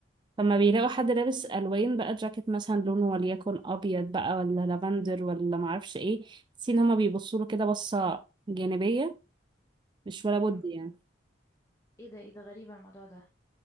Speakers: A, on the right (about 25°); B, on the left (about 15°).
A: فما بيلاقوا حد لابس الوان بقى جاكيت مثلا لونه وليكن ابيض بقى ولا لافندر ولا معرفش ايه تحسي ان هما بيبصوا له كده بصه جانبيه مش ولا بد
B: امم
A: يعني
B: ايه ده ايه ده غريب الموضوع ده